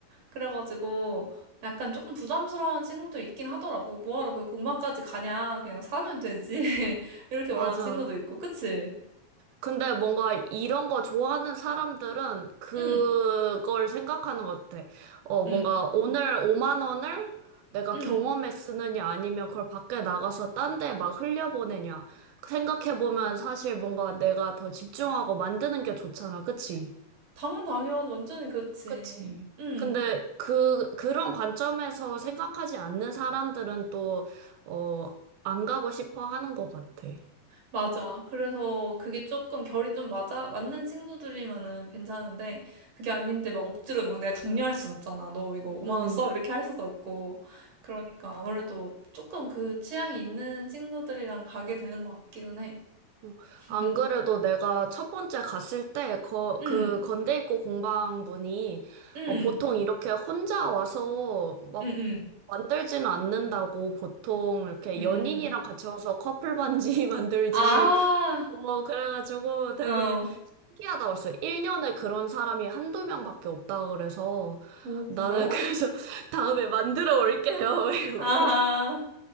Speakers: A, on the right; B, on the right.
A: 그래가지고 약간 조금 부담스러운 친구들 있긴 하더라고. 뭐하러 그 공방까지 가냐. 그냥 사면 되지. <laughs> 이렇게
B: 맞아.
A: 말하는 친구도 있고. 그치?
B: 근데 뭔가 이런 거 좋아하는 사람들은 그걸
A: 응,
B: 생각하는 것 같아. 어,
A: 응,
B: 뭔가 오늘 5만 원을 내가
A: 응.
B: 경험에 쓰느냐 아니면 그걸 밖에 나가서 딴데 막 흘려보내냐. 생각해보면 사실 뭔가 내가 더 집중하고 만드는 게 좋잖아. 그치?
A: 당연, 당연. 완전히 그렇지.
B: 그치.
A: 응.
B: 근데 그, 그런 관점에서 생각하지 않는 사람들은 또, 어, 안 가고 싶어 하는 것 같아.
A: 맞아. 그래서 그게 조금 결이 좀 맞아, 맞는 친구들이면은 괜찮은데, 그게 아닌데 막 억지로 막 내가 강요할 순 없잖아. 너 이거 5만
B: 음.
A: 원 써? 이렇게 할 수도 없고. 그러니까 아무래도 조금 그 취향이 있는 친구들이랑 가게 되는 것 같기는 해.
B: 어,
A: <laughs>
B: 안 그래도 내가 첫 번째 갔을 때, 거,
A: 응,
B: 그, 건대 입구 공방분이,
A: 응,
B: 어, 보통 이렇게 혼자 와서 막
A: 응, 응,
B: 만들지는 않는다고, 보통 이렇게
A: 음.
B: 연인이랑 같이 와서 커플 반지 <laughs> 만들지.
A: 아,
B: 어, 그래가지고 되게
A: 어.
B: 신기하다고 했어. 1년에 그런 사람이 한두 명밖에 없다 그래서,
A: 오,
B: 나는
A: 그래?
B: 그래서 <laughs> 다음에 만들어 올게요. <laughs> 이러고.
A: 아,